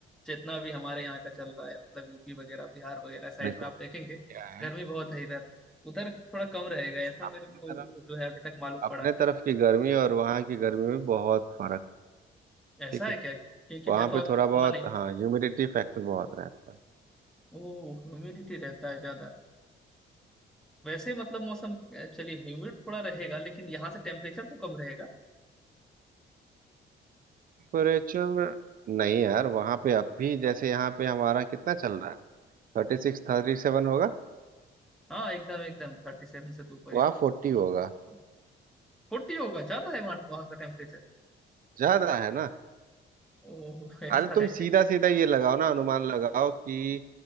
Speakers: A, in the centre; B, on the right.
A: जितना भी हमारे यहाँ का चल रहा है मतलब यूपी वगैरह बिहार वगैरह साइड
B: देखो
A: में आप देखेंगे
B: क्या है
A: गर्मी बहुत है इधर उधर थोड़ा कम रहेगा ऐसा
B: अपनी
A: मेरे को
B: तरफ
A: जो है अभी तक मालूम
B: अपने
A: पड़ा है
B: तरफ की गर्मी और वहाँ की गर्मी में बहुत फर्क
A: ऐसा
B: ठीक
A: है
B: है
A: क्या क्योंकि
B: वहाँ
A: मैं तो
B: पे
A: आज
B: थोड़ा
A: तक घूमा
B: बहुत
A: नहीं हूँ
B: हाँ ह्यूमिडिटी फैक्टर बहुत रहता है
A: ओ ह्यूमिडिटी रहता है ज्यादा वैसे मतलब मौसम अ, चलिए ह्यूमिड थोड़ा रहेगा लेकिन यहाँ से टेम्परेचर तो कम रहेगा
B: टेम्परेचर नहीं यार वहाँ पे अभी जैसे यहाँ पे हमारा कितना चल रहा है थर्टी सिक्स थर्टी सेवन होगा
A: हाँ एकदम एकदम थर्टी सेवन से तो ऊपर
B: वहाँ
A: ही होगा
B: फोर्टी
A: 37
B: होगा
A: फोर्टी होगा ज्यादा है वहाँ वहाँ का टेम्परेचर
B: ज्यादा है ना
A: ओह ऐसा
B: अरे तुम
A: है
B: सीधा
A: क्या
B: सीधा ये लगाओ ना अनुमान लगाओ कि